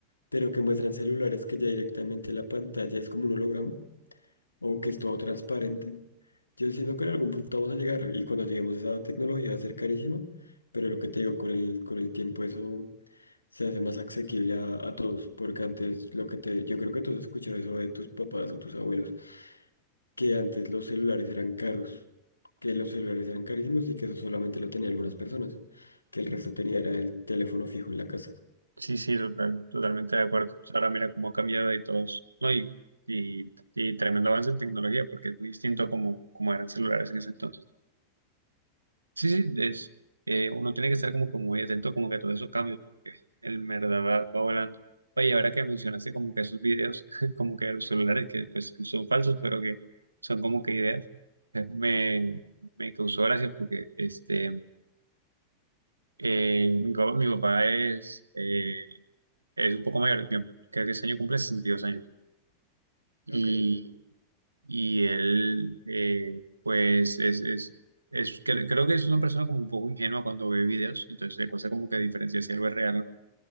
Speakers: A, on the left; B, on the right.
A: pero que muestran celulares que ya directamente la pantalla es como un holograma o que es todo transparente. Yo siento que en algún punto vamos a llegar y cuando lleguemos a esa tecnología va a ser carísima, pero lo que te digo, con el, con el tiempo eso se hace más asequible a, a todos, porque antes lo que te, yo creo que tú has escuchado eso de tus papás o tus abuelos, que antes los celulares eran caros que los celulares eran carísimos y que eso solamente lo tenía algunas personas, que el resto tenía era el teléfono fijo en la casa.
B: Sí, sí, total, totalmente de acuerdo. O sea, ahora mira cómo ha cambiado y todos, ¿no? Y, y, y tremendo avance en tecnología, porque es muy distinto a como, como eran celulares en ese entonces. Sí, sí, es, eh, uno tiene que estar como que muy atento como que a todos esos cambios, porque el verdad va, va volando. Oye, ahora que mencionaste como que esos videos, <laughs> como que de los celulares que, pues, que son falsos, pero que son como que ideas, eh, me, me causó gracia porque este, eh, mi papá, mi papá es, eh, es un poco mayor, yo creo que ese año cumple 62 años. y
A: Ok.
B: y él, eh, pues, es, es, es- cre- creo que es una persona como un poco ingenua cuando ve videos, entonces le cuesta como que diferenciar si algo es real o no.